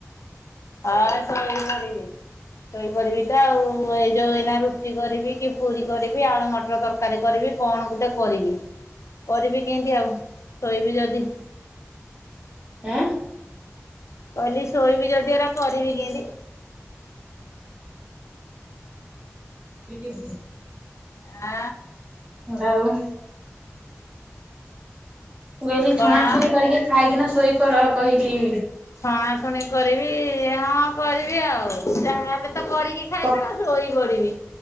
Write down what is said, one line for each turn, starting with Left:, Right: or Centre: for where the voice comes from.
Left: ହଁ ଶୋଇପଡ଼ିବି ଶୋଇପଡିବି ତ ଆଉ ମୁଁ ଏଇ ଯୋଉ ଏଇନା ରୁଟି କରିବି କି ପୁରୀ କରିବି ଆଳୁ ମଟର ତରକାରୀ କରିବି କଣ ଗୋଟେ କରିବି। କରିବି କେମିତି ଆଉ ଶୋଇବି ଯଦି?
Right: ଆଁ?
Left: କହିଲି ଶୋଇବି ଯଦି ଏରା କରିବି କେମତି?
Right: କେ ହ
Left: ଆ
Right: ଅଣ୍ଡା ଆଳୁ ମୁଁ କହିଲି ଛଣାଛୁଣି
Left: କଣ
Right: କରିକି ଖାଇକିନା ଶୋଇପର କହିଲି।
Left: ଛଣା ଛୁଣି କରିବି ହଁ କରିବି ଆଉ ଯାହାହେଲେ ତ କରିକି ଖାଇବି
Right: ପ
Left: ଆଉ ଶୋଇ ପଡିବି।